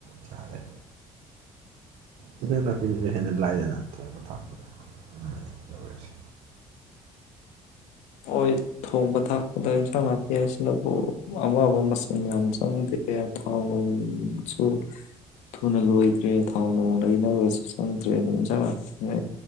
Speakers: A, on the right; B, on the left.
A: ꯆꯥꯔꯦ ꯏꯟꯖꯥꯡ ꯅꯥꯄꯤꯅꯁꯨ ꯍꯦꯟꯅ ꯂꯥꯏꯗꯅ ꯊꯣꯡꯕ ꯊꯥꯛꯄꯗ ꯇꯧꯔꯤꯁꯦ꯫
B: ꯍꯣꯏ ꯊꯣꯡꯕ ꯊꯥꯛꯄꯗ ꯏꯟꯁꯥꯡ ꯅꯥꯄꯤ ꯍꯥꯏ ꯑꯁꯤꯅꯕꯨ ꯑꯋꯥꯕ ꯃꯁꯟ ꯌꯥꯝ ꯆꯪꯗꯦ ꯊꯥꯎ ꯅꯨꯡꯁꯨ ꯊꯨꯅ ꯂꯣꯏꯗ꯭ꯔꯦ ꯊꯥꯎ ꯅꯣꯡ ꯂꯩꯅꯕꯁꯨ ꯆꯪꯗ꯭ꯔꯦ ꯑꯗꯨ ꯏꯟꯁꯥꯡ ꯅꯥꯄꯤꯅ